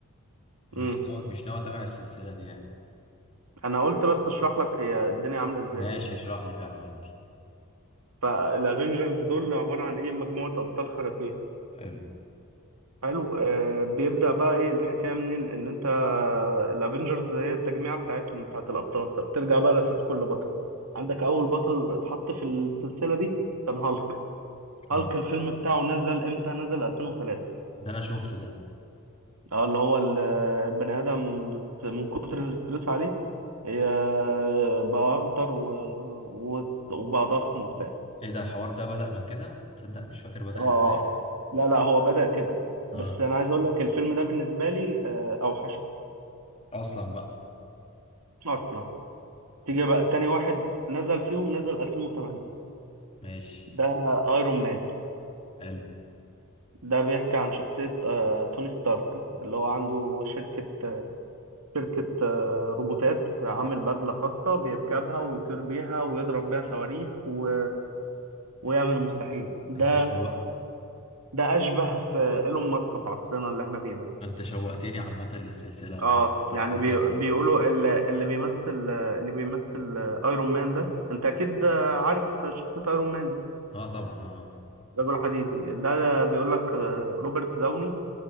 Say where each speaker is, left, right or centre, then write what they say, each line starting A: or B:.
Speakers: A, on the left (about 30°); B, on the right (about 85°).
A: مش
B: امم
A: ناوي مش ناوي اتابع السلسله دي يعني
B: انا قلت بس اشرح لك هي الدنيا عاملة ازاي
A: ماشي اشرح لي فعلا ودي
B: فالافنجرز دول عبارة عن ايه مجموعة ابطال خارقين
A: حلو
B: حلو آه بيبدأ بقى ايه الحكاية منين ان انت الافنجرز هي التجميعة بتاعتهم بتاعت الابطال طب ترجع بقى لاساس كل بطل عندك اول بطل اتحط في السلسلة دي كان هالك
A: اه
B: هالك الفيلم بتاعه نزل امتى نزل 2003
A: ده انا شفته ده
B: اه اللي هو البني ادم بت- من كتر الاسترس عليه هي بقى اخضر و... و... وبقى ضخم وبتاع
A: ايه ده الحوار ده بدأ من كده تصدق مش فاكر بدأ
B: اه
A: ازاي
B: اه لا لا هو بدأ كده
A: اه
B: بس انا عايز اقول لك الفيلم ده بالنسبه لي آه، اوحش
A: اصلا بقى
B: اصلا تيجي
A: أوك،
B: بقى تاني واحد نزل فيهم نزل 2008
A: ماشي
B: ده ايرون مان
A: حلو
B: ده بيحكي عن شخصيه آه، توني ستارك اللي هو عنده شركه شركة آه، روبوتات عامل بدلة خاصة بيركبها ويطير بيها ويضرب بيها صواريخ و... ويعمل المستحيل ده
A: انت شوق
B: ده أشبه في إيلون ماسك في عصرنا اللي احنا فيه ده
A: انت شوقتني عامه للسلسله اهو
B: اه
A: من
B: يعني
A: حكيك
B: بي... بيقولوا اللي, اللي بيمثل اللي بيمثل ايرون مان ده انت اكيد عارف شخصية ايرون مان دي
A: اه طبعا اه آه.
B: رجل حديدي ده بيقول لك آه، روبرت داوني